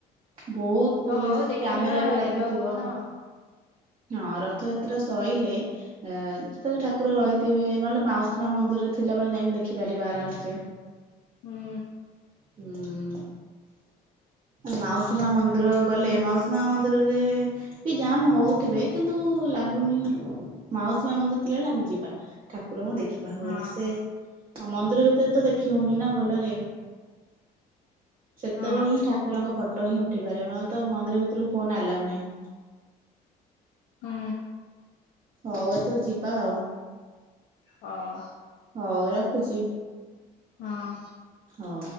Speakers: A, on the right; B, on the left.
A: ବହୁତ୍ ପୋଲିସ୍
B: ହଁ ହଉ ଦେଖିବା
A: କ୍ୟାମେରାବି
B: ଆଉ
A: ଲାଗିଥିବ।
B: ଯିବା କୋଉଦିନ ଆଉ।
A: ହଁ ରଥଯାତ୍ରା ସଇଲେ ଅ ଯେତେବେଳେ ଠାକୁର ରହିଥିବେ ନହେଲେ ମାଉସୀମା ମନ୍ଦିରରେ ଥିଲାବେଳେ ଯାଇକି ଦେଖିପାରିବା ଆରାମସେ।
B: ହୁଁ
A: ହୁଁ। ମାଉସୀମା ମନ୍ଦିର ଗଲେ ମାଉସୀମା ମନ୍ଦିରରେ କି ଜାମ୍ ହଉଥିବେ କିନ୍ତୁ ଲାଗୁନି ମାଉସୀମା ମନ୍ଦିର ଥିଲାବଳେ ଆମେ ଯିବା। ଠାକୁରଙ୍କୁ ଦେଖିବା ଭଲସେ
B: ହଁ
A: ଆଉ ମନ୍ଦିର ଭିତରେ ତ ଦେଖି ହଉନିନା ଭଲରେ। ସେତେବେଳେ
B: ହଁ
A: ହିଁ ଠାକୁରଙ୍କ ଫଟୋ ହିଁ ଉଠି ପାରିବ ନହେଲେତ ମନ୍ଦିର ଭିତରକୁ ଫୋନ୍ ଆଲାଉ ନାହିଁ।
B: ହୁଁ।
A: ହଉ ଏଥର ଯିବା ଆଉ।
B: ହଁ।
A: ହଉ ଉରଖୁଚି
B: ହଁ।
A: ହଁ।